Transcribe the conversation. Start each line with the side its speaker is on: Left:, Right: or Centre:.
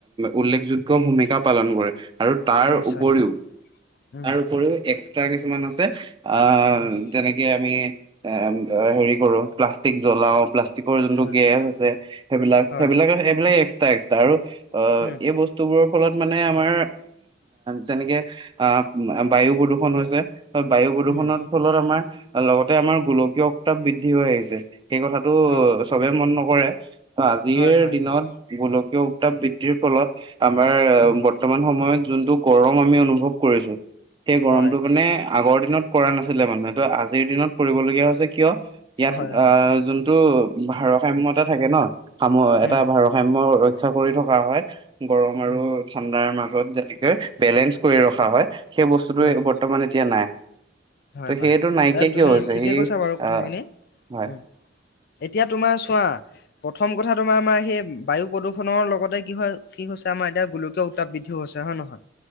Right: উল্লেখযোগ্য ভূমিকা পালন কৰে আৰু তাৰ
Left: নিশ্চয়
Right: উপৰিও
Left: নিশ্চয়। উম,
Right: তাৰ উপৰিও এক্সট্ৰা কিছুমান আছে অ'
Left: উম,
Right: যেনেকে আমি এ হেৰি কৰো প্লাষ্টিক জ্বলাও প্লাষ্টিকৰ যোনটো
Left: হয়
Right: গেছ
Left: হয়
Right: আছে সেইবিলাক
Left: হয়।
Right: সেইবিলাকে সেইবিলাক এক্সট্ৰা এক্সট্ৰা আৰু অ'
Left: উম,
Right: এই বস্তু বস্তুবোৰৰ ফলত মানে আমাৰ যেনেকে অ' বায়ু প্ৰদূষণ হৈছে বায়ু প্ৰদূষণৰ
Left: উম,
Right: ফলত আমাৰ লগতে আমাৰ গোলকীয় উত্তাপ বৃদ্ধি হৈ আহিছে। সেই কথাটো
Left: অ'
Right: চবে মন নকৰে, ত' আজিৰ
Left: হয় হয়
Right: দিনত
Left: হয়।
Right: গোলকীয় উত্তাপ বৃদ্ধিৰ ফলত আমাৰ
Left: উম,
Right: বৰ্তমান সময়ত যোনটো গৰম আমি অনুভৱ কৰিছো। সেই গৰমটো
Left: হয়
Right: মানে আগৰ দিনত কৰা নাছিলে মানুহটো আজিৰ দিনত কৰিবলগীয়া হৈছে কিয় ইয়াত
Left: হয়
Right: আহ,
Left: হয়।
Right: যোনটো ভাৰসাম্যতা থাকে ন। সাম্য এটা
Left: উম,
Right: ভাৰসাম্য ৰক্ষা কৰি থকা হয়, গৰম আৰু
Left: উম।
Right: ঠাণ্ডাৰ মাজত যেনেকে বেলেঞ্চ কৰি ৰখা হয়, সেই বস্তুটো
Left: হয়,
Right: বৰ্তমান এতিয়া নাই।
Left: হয়,
Right: ত
Left: হয়,
Right: সেইটো নাইকীয়া
Left: এ তুমি
Right: কিয় হৈছে
Left: ঠিকে
Right: সি
Left: কৈছা বাৰু কথাখিনি।
Right: আহ, হয়।
Left: উম। এতিয়া তোমাৰ চোৱা? প্ৰথম কথা তোমাৰ আমাৰ সেই বায়ু প্ৰদূষণৰ লগতে কি হয় কি হৈছে, আমাৰ এতিয়া গোলকীয় উত্তাপ বৃদ্ধি হৈছে হয় নে নহয়।